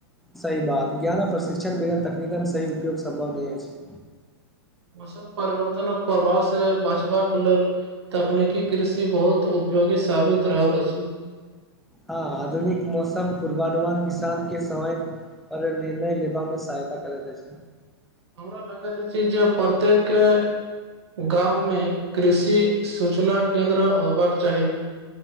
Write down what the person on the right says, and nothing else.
मौसम परिवर्तनक प्रभाव से बचबाक लेल तकनीकी कृषि बहुत उपयोगी साबित रहल अछि।
हमरा लगैत अछि जे प्रत्येके गाममे कृषि सूचना केन्द्र होएबाक चाही।